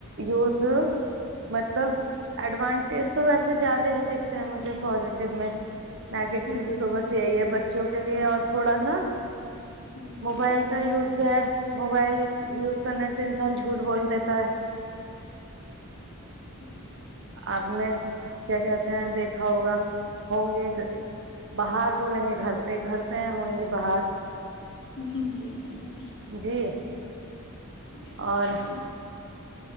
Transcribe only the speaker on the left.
جی بالکل
ہوں،
ہوں
جی جی
بالکل
صحیحا